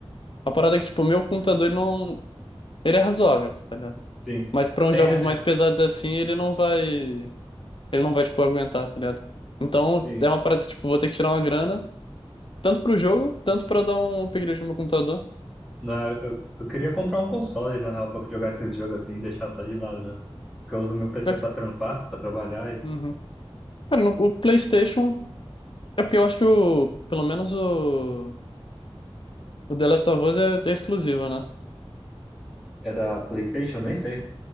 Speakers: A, on the left; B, in the centre.
A: A parada é que, tipo, o meu computador, ele não, ele é razoável, tá ligado?
B: Sim.
A: Mas pra uns
B: Tem,
A: jogos mais
B: é,
A: pesados assim, ele não vai, ele não vai, tipo, aguentar, tá ligado? Então,
B: sim.
A: é uma parada que, tipo, vou ter que tirar uma grana, tanto pro jogo, tanto pra dar um upgrade no meu computador.
B: Na, eu, eu queria comprar um console, na real, pra jogar esses jogos assim e deixar só de lado mesmo. Porque eu uso meu PC
A: Já que-
B: pra trampar, pra trabalhar. E...
A: Uhum. Cara, no, o PlayStation, é porque eu acho que o, pelo menos o, o The Last of Us é é exclusivo, né?
B: É da PlayStation? Nem sei.